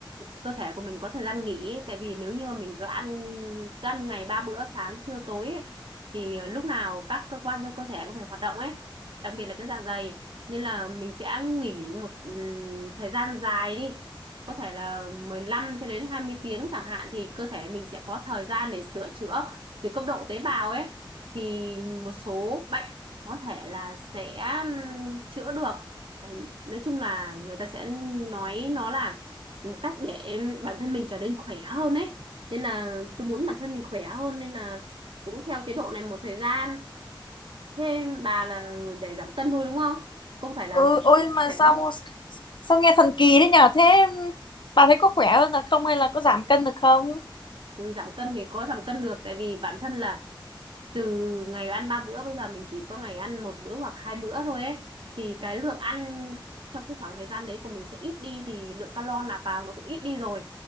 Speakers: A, on the right; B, on the left.
A: cơ thể của mình có thời gian nghỉ tại vì nếu như mà mình cứ ăn cứ ăn ngày ba bữa sáng trưa tối ấy, thì lúc nào các cơ quan trong cơ thể cũng phải hoạt động ấy đặc biệt là cái dạ dày nên là mình sẽ nghỉ một ừm, thời gian dài đi có thể là 15 cho đến 20 tiếng chẳng hạn thì cơ thể mình sẽ có thời gian để sửa chữa từ cấp độ tế bào ấy thì một số bệnh có thể là sẽ ừm, chữa được Đấy, nói chung là người ta sẽ nói nó là một cách để bản thân mình trở nên khỏe hơn ấy nên là tôi muốn bản thân mình khỏe hơn nên là cũng theo chế độ này một thời gian thêm bà là để giảm cân thôi đúng không không phải là
B: ừ,
A: cho
B: Ôi
A: tốt
B: mà
A: khỏe
B: sao
A: không
B: sao nghe thần kỳ đấy nhở Thế bà thấy có khỏe hơn là không Hay là có giảm cân được không
A: Ừ, giảm cân thì có giảm cân được tại vì bản thân là từ ngày ăn ba bữa bây giờ mình chỉ có ngày ăn một bữa hoặc hai bữa thôi ấy thì cái lượng ăn trong cái khoảng thời gian đấy của mình sẽ ít đi thì lượng calo nạp vào nó cũng ít đi rồi